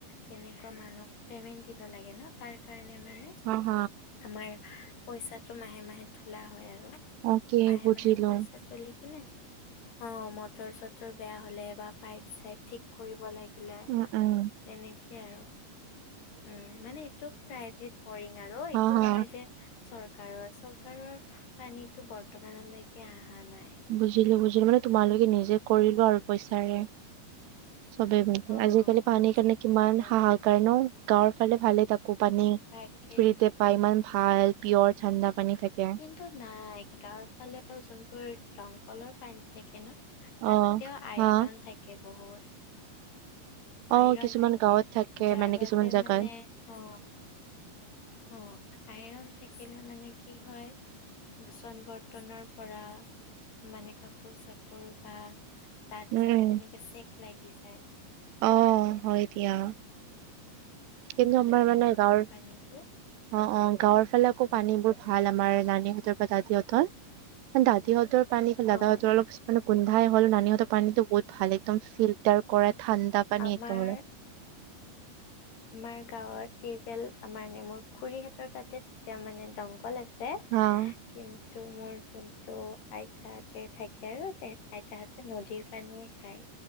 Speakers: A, on the left; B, on the right.
A: তেনেকোৱা মানুহক পেমেন দিব লাগে ন তাৰ কাৰণে মানে-
B: হ -হ।
A: আমাৰ পইচাটো মাহে -মাহে তোলা হয় আৰু
B: অকে
A: মাহে
B: বুজিলো।
A: -মাহে পইচা চলি কিনে অ, মটৰ- চটৰ বেয়া হলে বা পাইপ - চাইপ ঠিক কৰিব লাগিলে
B: উম, উম,
A: তেনেকে আৰু। উম, মানে এইটো প্ৰাইভেট বৰিং আৰু এইটো
B: হা, হা,
A: নহয় যে চৰকাৰৰ - চৰকাৰৰ পানীতো বৰ্তমানলৈকে আহা নাই।
B: বুজিলো -বুজিলো মানে তোমালোকে নিজে কৰিলোৱা আৰু পইচাৰে। চবেই মিলি
A: অ',
B: আজিকালি পানীৰ
A: নিজে
B: কাৰনে কিমান
A: কৰি লোৱা
B: হাহাকাৰ ন, গাঁৱৰ ফালে ভালে তাত- উ, পানী
A: তাকেই।
B: ফ্ৰীতে পায় ইমান ভাল পিয়ৰ ঠাণ্ডা পানী থাকে।
A: কিন্তু নাই গাঁৱৰ ফালেও যোনবোৰ দমকলৰ পানী থাকে ন, তাতেও
B: অ
A: আইৰন
B: হা
A: থাকে বহুত।
B: অ
A: আইৰন
B: কিছুমান
A: থাকে
B: গাঁৱত থাকে
A: যাৰ
B: মানে
A: বাবে
B: কিছুমান জেগাত
A: মানে অ অ, আইৰন থাকিলে মানে কি হয় বাচন - বৰ্তনৰ পৰা মানে কাপোৰ - চাপোৰ বা দাঁত
B: উম
A: - চাত
B: উম
A: তেনেকে চেক লাগি যায়।
B: অ হয় দিয়া। কিন্তু আমাৰ মানে গাঁৱৰ
A: আনিব।
B: অ অ গাঁৱৰ ফালে আকৌ পানীবোৰ ভাল আমাৰ নানীহঁতৰ পৰা দাদিহঁতৰ। এ দাদীহঁতৰ পানী দাদাহঁতৰ
A: হয়
B: অলপ মানে গোন্ধাই হল নানিহতৰ পানীতো বহুত ভাল একদম ফিল্টাৰ কৰে ঠাণ্ডা পানী
A: আমাৰ
B: একেবাৰে।
A: আমাৰ গাঁৱত টিউপেল মানে মোৰ খুৰীহতৰ তাতে মানে দমকল আ ছে
B: হা
A: কিন ন্তু মোৰ যোনটো আইতাহঁতে থাকে আৰু তেহেত আইতাহঁতে নদীৰ পানীয়ে খায়।